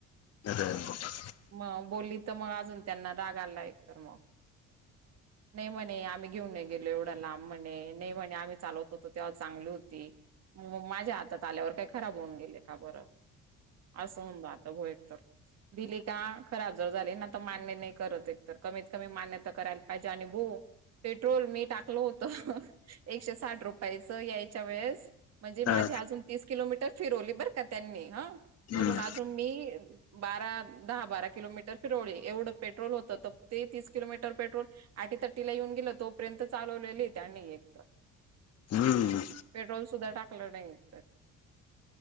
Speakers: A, on the left (about 55°); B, on the right (about 55°).
A: <unintelligible>
B: मग बोली तर मग अजून त्यांना राग आला एक तर मग नाही म्हणे आम्ही घेऊन नाही गेलो एवढा लांब म्हणे नाही म्हणे आम्ही चालवत होतो ते आ्हा चांगली होती माझ्या हातात आल्यावर काही खराब होऊन गेले का बरं असं हो आता भा एक तर दिली का खराब जर झाले ना तर मान्य नाही करत एक तर कमीत कमी मान्य करायला पाहिजे आणि भो पेट्रोल मी टाकलो होत एकशे साठ रुपयाचं यायच्या वेळेस म्हणजे
A: हा
B: माझी अजून तीस किलोमीटर फिरवली बरं का त्यांनी ह
A: हम्म
B: वरून अजून मी बारा दहा बारा किलोमीटर फिरवली एवढं पेट्रोल होतं तर ते तीस किलोमीटर र पेट्रोल अटीथटी ला येऊन गेलं तोपर्यंत चालवलेली त्यांनी एक तर
A: हम्म
B: पेट्रोल सुद्धा टाकलं नाही तर